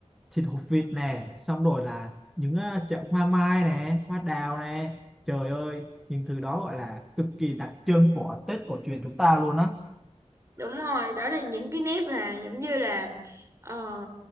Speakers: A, in the centre; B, on the right.
A: thịt hột vịt nè xong rồi là những ờ, chậu hoa mai nè hoa đào nè trời ơi những thứ đó gọi là cực kỳ đặc trưng của Tết cổ truyền chúng ta luôn á
B: Đúng rồi, đó là những cái nét mà giống như là ờ,